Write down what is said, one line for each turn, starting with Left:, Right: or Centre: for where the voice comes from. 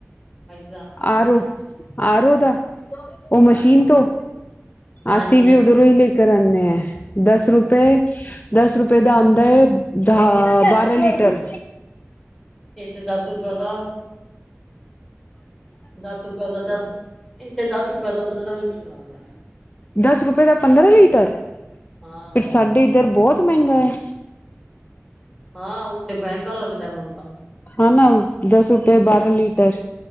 Centre: ਜਾਰ ਲਿਆਂਦੇ
Left: ਆਰੋ
Centre: ਨਾ,
Left: ਆਰੋ
Centre: ਆਰ
Left: ਦਾ
Centre: ਓ,
Left: ਉਹ ਮਸ਼ੀਨ
Centre: ਹਾਂਜੀ-ਹਾਂਜੀ।
Left: ਤੋਂ
Centre: ਹਾਂਜੀ-ਹਾਂਜੀ
Left: ਅਸੀਂ ਵੀ ਉਧਰੋਂ ਹੀ ਲੇਕਰ ਆਂਨੇ ਹਾਂ, ਦਸ
Centre: ਹੂੰ
Left: ਰੁਪਏ ਦਸ ਰੁਪਏ ਦਾ ਆਂਦਾ ਏ, ਦਾ ਬਾਰਾ ਲੀਟਰ।
Centre: ਇਥੇ ਦਸ ਰੁਪਏ ਦਾ, ਦਸ ਰੁਪਏ ਦਾ ਦਸ। ਇੱਥੇ ਦਸ ਰੁਪਏ ਦਾ ਪੰਦਰਾਂ ਲੀਟਰ ਆਂਦੈ।
Left: ਦਸ ਰੁਪਏ ਦਾ, ਪੰਦਰਾਂ ਲੀਟਰ?
Centre: ਹਾਂ
Left: ਫਿਰ ਸਾਡੇ ਇੱਧਰ ਬਹੁਤ ਮਹਿੰਗਾ ਏ।
Centre: ਹਾਂ, ਉੱਥੇ ਮਹਿੰਗਾ ਲੱਗਦਾ ਮਨੂੰ ਤਾ।
Left: ਹਾਂ ਨਾ ਦੱਸ ਰੁਪਏ, ਬਾਰਾਂ ਲੀਟਰ।